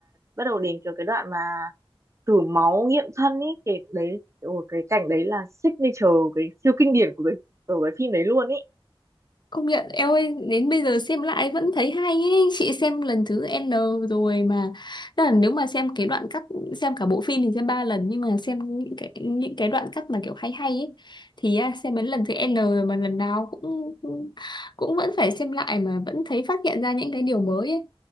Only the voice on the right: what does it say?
bắt đầu đến kiểu cái đoạn mà thử máu nghiệm thân ấy cái đấy ôi, cái cảnh đấy là signature cái siêu kinh điển của cái của cái phim đấy luôn ý.